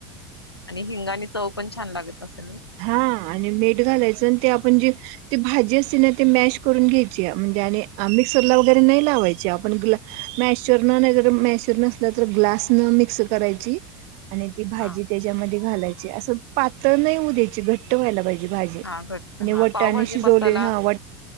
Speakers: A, on the left; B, on the right.
A: आणि हिंगा आणि चव पण छान लागत असेल ना.
B: हा आणि मीठ घालायचं आणि ते आपण जे, ते भाजी असते ना ते मॅश करून घ्यायची आहे, म्हणजे आणि मिक्सरला वगैरे नाही लावायची आपण गुला मॅशूर न नाहीतर मॅशूर नसला तर ग्लास न मिक्स करायची आणि ती भाजी
A: हा
B: त्याच्यामध्ये घालायची असं पातळ नाही होऊ द्यायची घट घट्ट व्हायला पाहिजे भाजी
A: हा घट
B: आणि
A: हा
B: वटाने
A: पावभाजी
B: शिजवले
A: मसाला
B: हा‌.